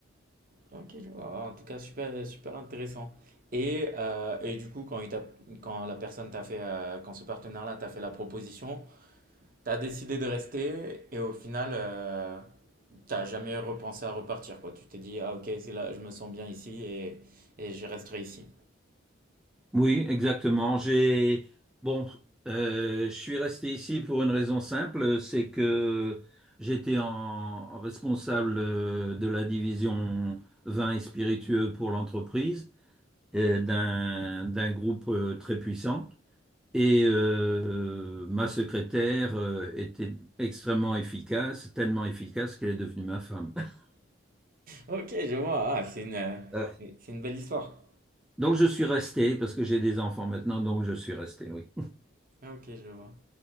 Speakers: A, on the right; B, in the centre.
A: ok, je vois. En tout cas, super, super intéressant. Et, euh, et du coup, quand, il t'a- quand la personne t'a fait, euh, quand ce partenaire-là t'a fait la proposition, T'as décidé de rester et au final, euh, t'as jamais repensé à repartir, quoi. Tu t'es dit, ah ok, c'est là, je me sens bien ici et, et je resterai ici.
B: Oui, exactement. J'ai, bon, euh, je suis resté ici pour une raison simple, c'est que j'étais en responsable euh, de la division vin et spiritueux pour l'entreprise. euh, d'un d'un groupe euh, très puissant. Et euh, ma secrétaire euh, était extrêmement efficace, tellement efficace qu'elle est devenue ma femme. <laughs>
A: Ok, je vois. Ah, c'est une, euh,
B: Euh,
A: c'est une belle histoire.
B: donc je suis resté parce que j'ai des enfants maintenant, donc je suis resté, oui.
A: Ah, Ok, je vois.